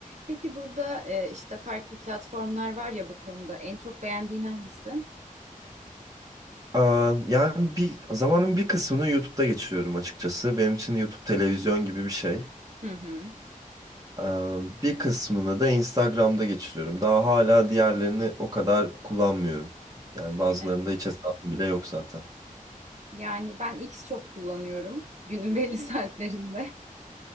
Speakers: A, on the right; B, on the right.
A: Peki burada e, işte farklı platformlar var ya bu konuda. En çok beğendiğin hangisi?
B: Aa, yani bir zamanın bir kısmını YouTube'da geçiriyorum açıkçası. Benim için YouTube televizyon gibi bir şey.
A: Hı hı.
B: Aa, bir kısmını da Instagram'da geçiriyorum. Daha hala diğerlerini o kadar kullanmıyorum. Yani bazılarında
A: Evet.
B: hiç hesabım bile yok zaten.
A: Yani ben X çok kullanıyorum. Günün belli <laughs> saatlerinde.